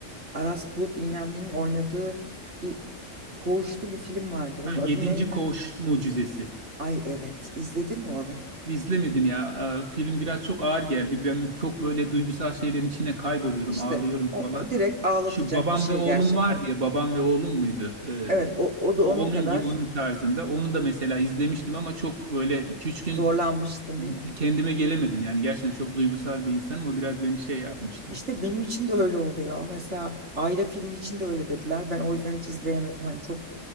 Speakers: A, on the right; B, on the right.
A: Aras Bulut İynemli'nin oynadığı bir koğuşlu bir film vardı. Onun
B: Ha,
A: adı
B: Yedinci
A: neydi?
B: Koğuş Mucizesi.
A: Ay evet. izledin mi onu?
B: İzlemedim ya. Ee, Film biraz çok ağır geldi. Ben çok böyle duygusal şeylerin içine kayboluyorum,
A: İşte
B: ağlıyorum falan.
A: o direkt ağlatacak
B: Şu babam
A: bir şey
B: ve oğlum
A: gerçekten.
B: var diye babam ve oğlum muydu? Ee,
A: Evet o, o da
B: o
A: onun
B: onun
A: kadar
B: gi- onun tarzında. Onu da mesela izlemiştim ama çok böyle iki üç gün
A: zorlanmıştın değil mi?
B: kendime gelemedim. Yani gerçekten çok duygusal bir insanım. O biraz beni şey yapmıştı.
A: İşte benim için de öyle oluyor. Mesela Ayla filmi için de öyle dediler. Ben o yüzden hiç izleyemedim. Hani çok